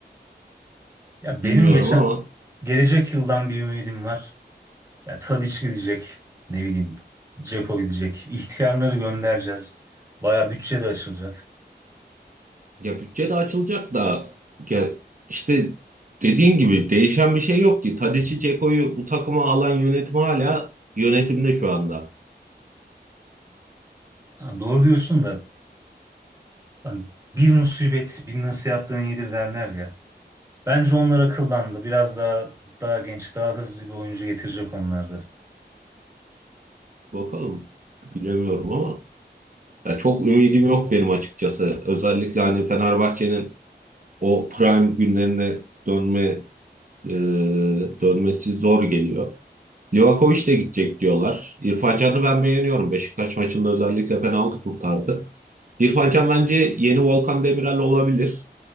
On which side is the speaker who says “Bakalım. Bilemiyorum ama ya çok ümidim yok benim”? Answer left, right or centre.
Right